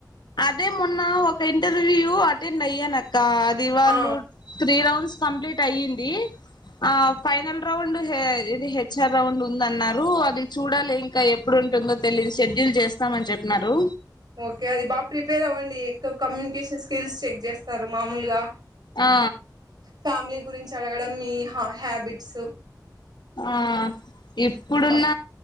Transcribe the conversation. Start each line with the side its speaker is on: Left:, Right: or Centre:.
Left: అదే మొన్న ఒక ఇంటర్వ్యూ అటెండ్ అయ్యాను అక్క అ అది వాళ్ళు
Right: ఆ
Left: త్రీ రౌండ్స్ కంప్లీట్ అయ్యింది ఆ ఫైనల్ రౌండ్ ఇది హెచ్ఆర్ రౌండ్ ఉందన్నారు అది చూడాలి ఇంకా ఎప్పుడు ఎప్పుడు ఉంటుందో తెలిదు షెడ్యూల్ చేస్తామని చెప్పిన్నారు
Right: ఓకే అది బాగా ప్రిపేర్ అవ్వండి ఎక్కువ కమ్యూనికేషన్ స్కిల్స్ చెక్ చేస్తారు మామూలుగా
Left: ఆ
Right: ఫ్యామిలీ గురించి అడగడం మీ హా హ్యాబిట్స్
Left: ఆ ఇప్పుడున్న
Right: బా